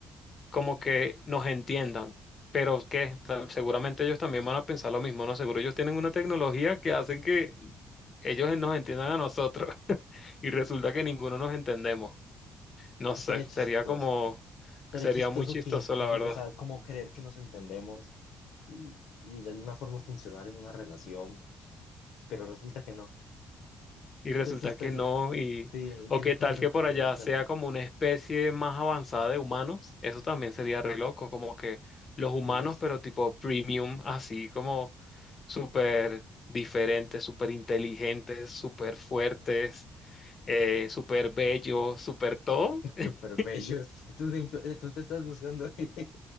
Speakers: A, on the left; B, on the left.
A: como que nos entiendan. Pero que seguramente ellos también van a pensar lo mismo, ¿no? Seguro ellos tienen una tecnología que hacen que ellos nos entiendan a nosotros <laughs> y resulta que ninguno nos entendemos. No
B: estaría
A: sé,
B: chistoso.
A: sería como,
B: Estaría
A: sería
B: chistoso
A: muy chistoso,
B: fingir,
A: la verdad.
B: o sea, como creer que nos entendemos y, y de alguna forma funcionar en una relación, pero resulta que no.
A: y resulta
B: Entonces estaría,
A: que no, y
B: sí, y
A: o
B: que
A: qué
B: nunca
A: tal
B: nos entendimos
A: que por allá
B: realmente.
A: sea como una especie más avanzada de humanos, eso también sería re loco, como que los humanos,
B: Sí, los
A: pero tipo premium, así como súper diferentes, súper inteligentes, súper fuertes, eh, súper bellos, súper todo. <laughs>
B: Súper bellos. Tú, te tú te estás buscando. <laughs> y